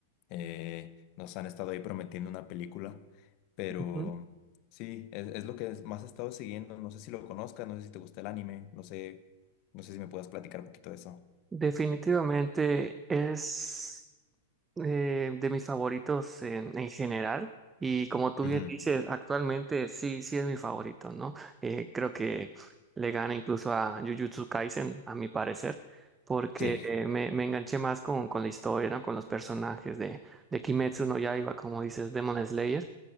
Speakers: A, on the left; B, on the right.
A: eh, nos han estado ahí prometiendo una película, pero
B: ujú.
A: sí, es, es lo que es- más he estado siguiendo. No sé si lo conozcas, no sé si te gusta el anime, no sé, no sé si me puedas platicar un poquito de eso.
B: Definitivamente es... eh, de mis favoritos en, en general. Y como tú
A: Ujú,
B: bien dices, actualmente sí, sí es mi favorito, ¿no? Eh, creo que le gana incluso a Jujutsu Kaisen, a mi parecer, porque
A: Sí,
B: eh, me, me enganché más con, con la historia, ¿no? Con los personajes de, de Kimetsu no Yaiba, como dices, Demon Slayer.